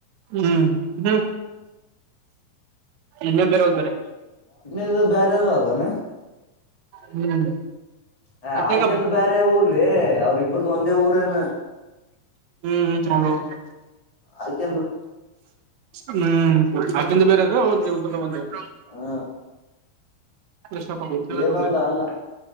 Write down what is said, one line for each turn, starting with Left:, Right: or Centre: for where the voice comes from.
Right: ಹ್ಮ್ ಹ್ಮ ಎಲ್ಲ ಬೇರೆ ಹೋಗ ಬೇರೆ
Left: ಇದು ಬೇರೆಾವ್ ಅದಾನ
Right: ಹ್ಮ್
Left: ಹ
Right: ಅಕ್ಕಗ
Left: ಆಯ್ಕೆಂದು ಬೇರೆ ಊರ್ಲಿ ಯ್ರ ಇಬ್ಬ್ರಗು ಒಂದೇ ಊರೇನು
Right: <unintelligible>
Left: ಆಯ್ತ
Right: ಹ್ಮ್ ಅಂದ ಬೇರೆ ಅದು ಬ <inaudible>
Left: ಹ
Right: ಸಕ ಮಟಲ
Left: ಏನಂದ ಅಣ್ಣ